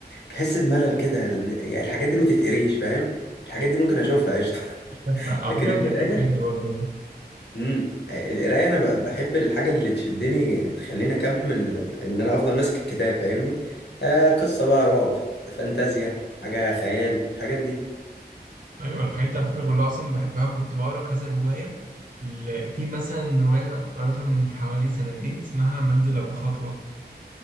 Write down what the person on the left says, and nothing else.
بحس بملل كده لأن- يعني الحاجات دي ما تتقريش فاهم الحاجات دي ممكن اشوفها قشطه <laughs>
لكن
القرايه
امم القرايه انا ب- بحب الحاجه اللي تشدني تخليني اكمل ان انا افضل ماسك الكتاب فاهمني آه قصه بقى رعب فانتازيا حاجه خيال الحاجات دي